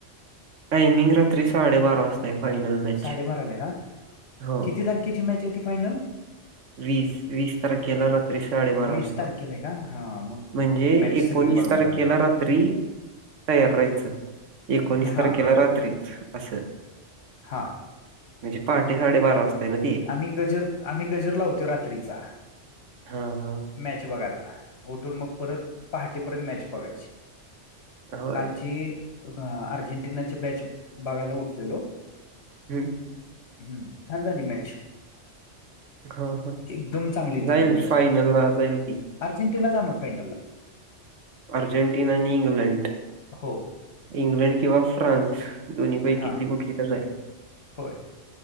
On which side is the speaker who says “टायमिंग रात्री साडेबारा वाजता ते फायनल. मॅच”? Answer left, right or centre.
Right